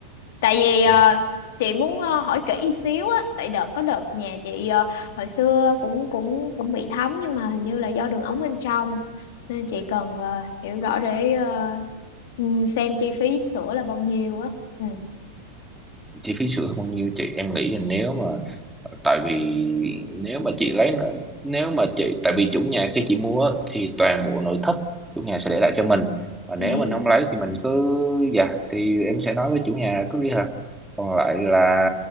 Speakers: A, on the left; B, in the centre.
A: tại vì ờ,
B: Ừ.
A: chị muốn ờ, hỏi kỹ xíu á, tại đợt có đợt nhà chị ờ, hồi xưa cũng cũng cũng bị thấm nhưng mà hình như là do đường ống bên trong nên chị cần ờ, hiểu rõ để ờ, ừ, xem chi phí sữa là bao nhiêu á. Ừ.
B: chi phí sửa hơn bao nhiêu chị em nghĩ là nếu mà ờ, tại vì nếu mà chị lấy nếu mà chị tại vì chủ nhà khi chị mua á, thì toàn bộ nội thất chủ nhà sẽ để lại cho mình và
A: ừ
B: nếu mình không lấy thì mình cứ dạ thì em sẽ nói với chủ nhà cứ đi hả còn lại là